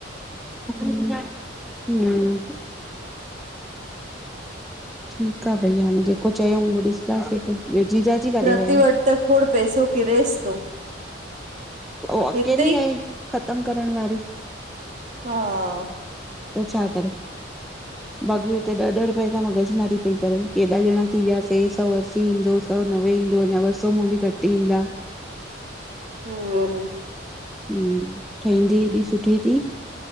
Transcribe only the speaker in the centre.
हम <unintelligible> ठीकु आ भई हाणे जेको चयऊं उहो ॾिसंदासीं ॿियो जीजाजी काॾे
विया
आहिनि?
उह अकेली
आहे ख़तम करण वारी
त छा करे? बाक़ी हुते ॾह-ॾह रुपए तं मगज़ मारी पई करे केॾाॼणा थी वियासीं सौ असी ईंदो सौ नवे ईंदो अञा ॿ सौ मां बि घटि ईंदा।
हूं ठहंदी एॾी सुठी थी